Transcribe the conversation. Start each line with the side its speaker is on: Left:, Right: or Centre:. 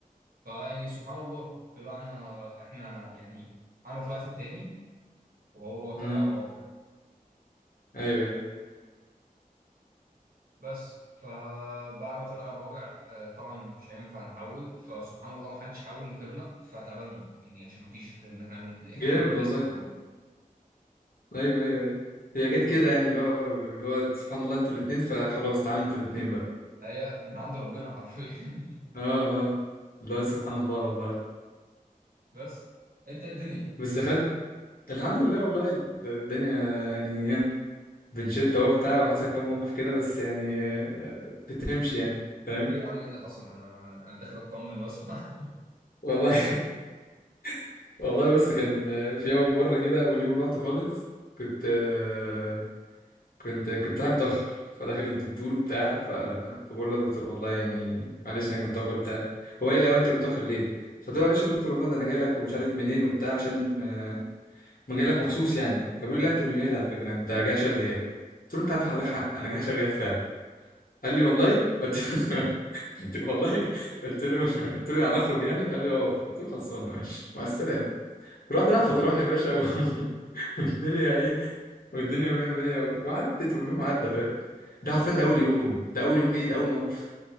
Right: فيعني سبحان الله طلعنا احنا يعني انا طلعت التاني وهو
Left: اه
Right: طلع الرابع
Left: ايوه ايوه
Right: بس فبعد ما طلع الرابع آه، طبعا مش هينفع نحول فسبحان الله ما حدش حول غيرنا فاتقبلنا يعني عشان ما فيش غيرنا احنا من... احنا
Left: جامد
Right: الاثنين
Left: والله
Right: بس اللي حولنا
Left: ايوه ايوه ايوه هي جت كده يعني اللي هو اللي هو سبحان الله انتوا الاتنين فخلاص تعالوا انتوا الاتنين بقى
Right: هي من عند ربنا حرفيا <laughs>
Left: اه اه لا سبحان الله والله
Right: بس انت الدنيا
Left: بس دخلت الحمد لله والله د- الدنيا يعني بنشد اهو بتاع وحصل كام موقف كده بس يعني آه، بتمشي يعني فاهم
Right: ايه يا عم ايه اللي حصل انا انا داخل اطمن واسمع
Left: والله <laughs> والله بص كان آه، في اول مره كده اول يوم رحت خالص كنت آه، كنت كنت رايح متاخر فداخل الدكتور وبتاع ف- فبقول له يا دكتور والله يعني معلش انا جاي متاخر بتاع هو قال لي الاول انت جاي متاخر ليه؟ فقلت له معلش يا دكتور والله ده انا جاي لك ومش عارف منين وبتاع عشان آه، ما جاي لك مخصوص يعني فبيقول
Right: اه
Left: لي لا انت مش جاي لي على فكره انت جاي عشان الغياب قلت له انت عندك حضرتك حق انا جاي عشان الغياب فعلا قال لي والله قلت له قلت- والله قلت له قلت له يعني اخرج يعني قال لي اه اخرج. قلت له خلصانه ماشي مع السلامه رحت رايح فطران يا باشا و... <laughs> والدنيا ايه والدنيا مية مية وعدت واليوم عدى فاهم ده عارفين ده اول يوم ده اول يوم ايه ده اول موقف